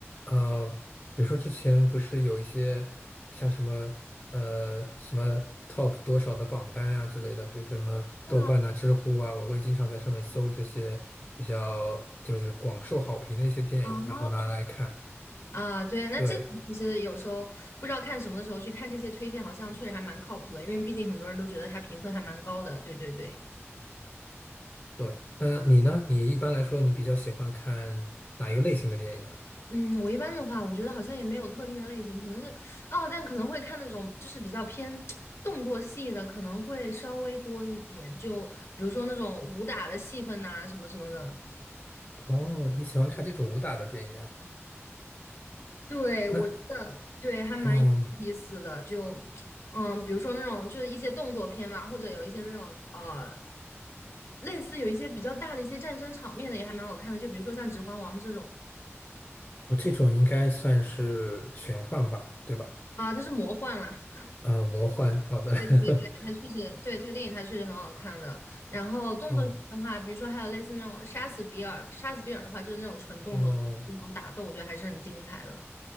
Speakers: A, on the left; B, on the left.
A: 呃，比如说之前不是有一些像什么呃什么 top 多少的榜单啊之类的，比如说什么豆瓣啊、
B: 啊
A: 知乎啊，我会经常在上面搜这些比较就是广受好评的一些电影，
B: 啊！
A: 然后拿来看。
B: 啊，对，那这个其实有时候不知道看什么的时候去看这些推荐，
A: 对。
B: 好像确实还蛮靠谱的，因为毕竟很多人都觉得它评分还蛮高的。对对对，
A: 对，那你呢？你一般来说，你比较喜欢看哪一个类型的电影啊？
B: 嗯，我一般的话，我觉得好像也没有特定的类型，可能是哦，但可能会看那种就是比较偏动作戏的，可能会稍微多一点，就比如说那种武打的戏份呐、什么什么的。
A: 哦，你喜欢看这种武打的电影啊？
B: 对，
A: 那，
B: 我觉得对还蛮有意思的，
A: 哦，
B: 就嗯，比如说那种就是一些动作片嘛，或者有一些那种呃，类似有一些比较大的一些战争场面的也还蛮好看的，就比如说像《指环王》这种
A: 我这种应该算是玄幻吧，对吧？
B: 啊，它是魔幻啦，
A: 啊，魔幻，好的。<laughs>
B: 对对对，它确实对这个电影它确实很好看的。然后动作片的话，
A: 哦，
B: 比如说还有类似那种《杀死比尔》，《杀死比尔》的话就是那种纯动作那种打斗，
A: 哦，
B: 我觉得还是很精彩的。